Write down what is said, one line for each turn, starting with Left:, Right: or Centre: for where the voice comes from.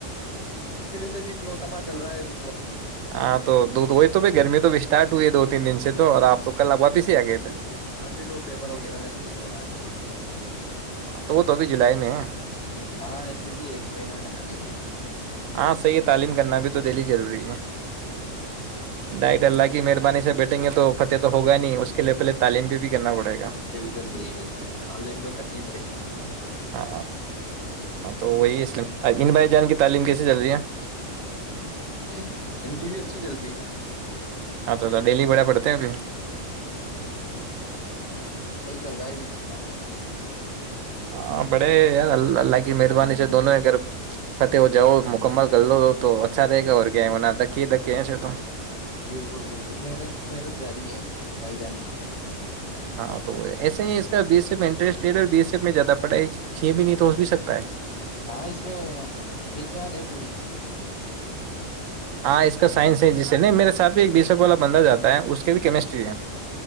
Left: سے بھی نوتپا چل رہا ہے ابھی تو
Right: ہاں تو دودھ وہی تو ب گرمی تو بھی ٹ تین دن
Left: ہاں
Right: سے تو اور آپ کل آ بات ہی جی آگے یہ تو
Left: ہاں پھر وہ پیپر وغیرہ کا سین ہو رہا ہے تھوڑا
Right: تو وہ تو ابھی جولائی میں ہے
Left: آاں ہے پھر بھی ایک مہینہ ہے ابھی
Right: ہاں صحیح ہے تعلیم کرنا بھی تو دہلی ضروری ہے ڈائٹ ڈلہ کی مہربانی سے بیٹھیں گے تو فتح تو ہوگا نہیں اس کے لیے پہلے تعلیم پہ بھی کرنا پڑے گا
Left: بالکل بالکل تعلیم تو کرنی ہی پڑے گی
Right: ہاں ہاں تو وہی اس لیے ان بھائی جان کی تعلیم کیسے چل رہی ہے
Left: کی اچی جلدی ہے
Right: اچھ ڈیلی بڑھیا پڑتے ہیں ابھی
Left: صحی چل رہا ہے کا
Right: ہاں بڑے یار ال اللہ کی مہربانی سے دونوں گھر فات وہ جاؤ مکمل کر لو تو اچھا رہے گا اور کیا م دکی دکے ایسے تو
Left: بالکل بالکل محنت محنت جاری ہے پ جان گ
Right: ہاں تو ایسے ہی ہے اس کا بیس ایف انٹرسٹ ریڈ ہے بی ایس ایف میں زیادہ پڑے چ بھی نہیں تو ہو بھی سکتا ہے <unintelligible>
Left: ہاں اس میں وگان ہے پوری
Right: ہاں اس کا سائنس ہے جسے نہیں میرے ساتھ بھی ایک بیے شک والا بندہ جاتا ہے اس کے بھی کیمسٹری ہے